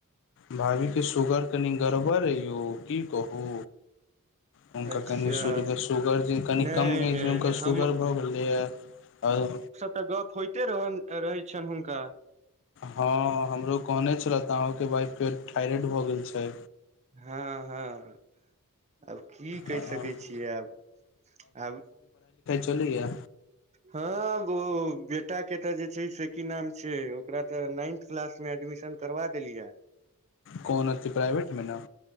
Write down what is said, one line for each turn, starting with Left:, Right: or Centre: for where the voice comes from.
Left: भाभी के सुगर कनि गड़बड़ ऐ यौ कि कहू हुनका
Right: अच्छा
Left: कनि शगऽ शगर जे कनि
Right: नहि
Left: कम एजमे
Right: नहि
Left: हुनकर
Right: नहि हम
Left: शुगर भऽ गेलैए आओ
Right: त गप होइते रह रहै छनि हुनका
Left: हँ हमरो कहने छलथि अहूँके बाइफ के थायरइड भऽ गेल छै
Right: हँ हँ आब की कहि
Left: आ
Right: सकै छियै आब आब
Left: चलियए
Right: हँ ओ बेटा के त जे छै से की नाम छै ओकरा तऽ नाइन्थ क्लास मे एडमिशन करबा देलिया
Left: कोन अथि प्राइवेट में न